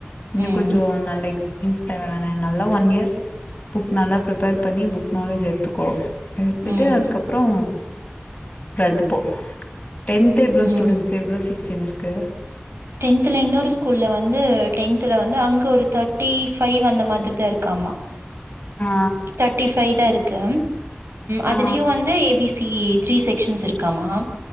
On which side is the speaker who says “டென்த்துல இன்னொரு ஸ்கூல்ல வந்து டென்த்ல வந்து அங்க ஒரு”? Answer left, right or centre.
Right